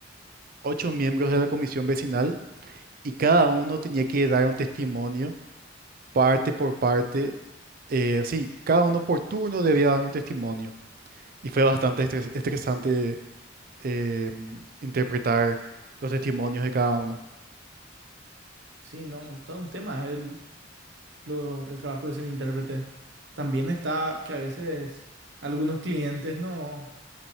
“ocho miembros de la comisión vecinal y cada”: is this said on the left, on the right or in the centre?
Right